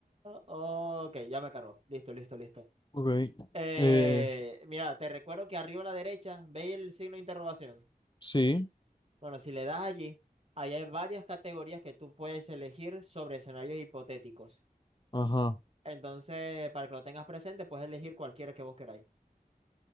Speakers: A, on the right; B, on the left.
A: Ok, ya me cargó. Listo, listo, listo.
B: Ok.
A: Eh,
B: Eh,
A: mira, te recuerdo que arriba a la derecha, ¿veis el signo de interrogación?
B: sí,
A: Bueno, si le das allí, allá hay varias categorías que tú puedes elegir sobre escenarios hipotéticos.
B: ajá.
A: Entonces, para que lo tengas presente, puedes elegir cualquiera que vos queráis.